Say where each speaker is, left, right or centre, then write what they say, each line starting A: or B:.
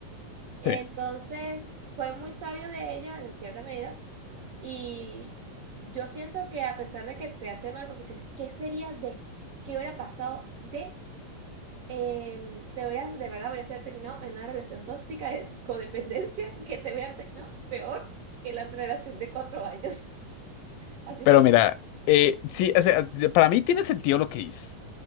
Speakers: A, on the right; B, on the left.
A: Entonces,
B: Sí,
A: fue muy sabio de ella, en cierta medida, y yo siento que a pesar de que te hace mal, porque dices, ¿qué sería de? ¿Qué hubiera pasado de? Em, te hubieras, de verdad, hubieras terminado en una relación tóxica de codependencia que te hubieran terminado peor que la relación de cuatro años. <laughs> Así
B: pero
A: es.
B: mira, eh, sí, o sea, para mí tiene sentido lo que dices